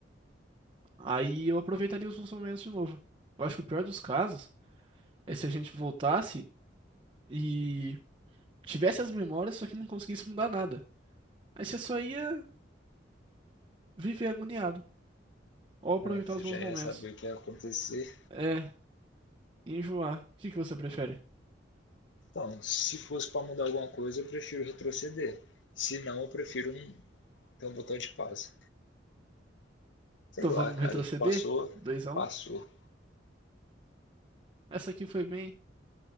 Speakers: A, on the right; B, on the left.
A: Aí eu aproveitaria os bons momentos de novo. Eu acho que o pior dos casos é se a gente voltasse e tivesse as memórias, só que não conseguisse mudar nada. Aí você só ia viver agoniado ou aproveitar
B: É, você
A: os
B: já
A: bons momentos.
B: ia saber o que ia acontecer.
A: É, enjoar. O que que você prefere?
B: Então, se fosse para mudar alguma coisa, eu prefiro retroceder. Se não, eu prefiro um, ter um botão de pausa. Sei
A: Então
B: lá,
A: vamos
B: cara,
A: retroceder?
B: o que passou,
A: Dois, x 1
B: passou.
A: Essa aqui foi bem.